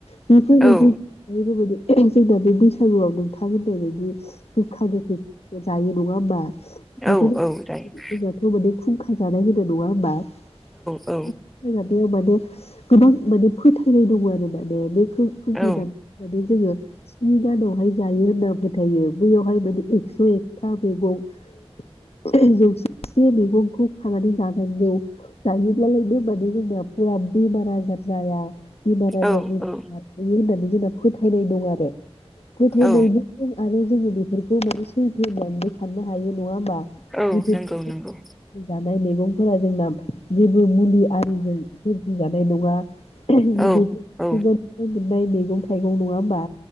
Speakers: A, on the left; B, in the centre.
A: बेफोरबायदि
B: औ
A: <unintelligible> बे बैसागुआव नोंथां होननाय बायदि गोखा गोखै जायो नङा होनबा बेखौनो
B: औ औ जायो
A: जोंनाथ' माने खुंखा जानाय होनो नङा होमबा।
B: औ
A: <unintelligible> माने गोबां माने फोथायनाय दङ आरो माने बे खुं-खुंखा
B: औ
A: जानानै जोङो स्नि दा दहाय जायो होनना फोथायो बेयावहाय माने एकस' एकथा मैगं <unintelligible> जौसेसे मैगंखौ खानानै जानांगौ जायोब्ला लाय बे बादि जोंना फोरा बेमार आजार जाया बेमार आजारनि
B: औ
A: <unintelligible> होननानै जोंना फोथायनाय दं आरो फोथायनायजों
B: औ
A: आरो जोङो बेफोरखौ माने सैथो होननानैबो साननो हायो नङा ओमबा
B: औ
A: <unintelligible>
B: नंगौ नंगौ
A: जानाय मैगं फोरा जोंना जेबो मुलि आरिजों सोरजि जानाय नङा। <unintelligible> बैफोर
B: औ औ
A: मिथिंगानिफ्राय मोननाय मैगं थाइगं नङा होमबा?